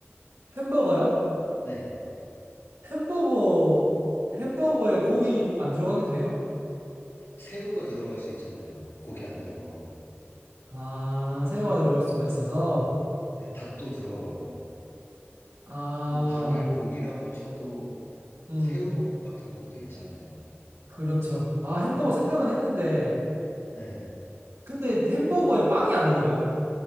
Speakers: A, on the right; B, on the left.
A: 햄버거요?
B: 네.
A: 햄버거, 햄버거에 고기 안 들어가게 돼요?
B: 새우가 들어갈 수 있잖아요. 고기 안 들어가고.
A: 아, 새우가 들어갈 수가 있어서.
B: 네, 닭도 들어가고.
A: 아,
B: 뭐 닭을 고기라고 쳐도
A: 음,
B: 새우버거 같은 것도 있잖아요.
A: 그렇죠. 아, 햄버거 생각은 했는데.
B: 네.
A: 근데 햄버거에 빵이 안 들어가요?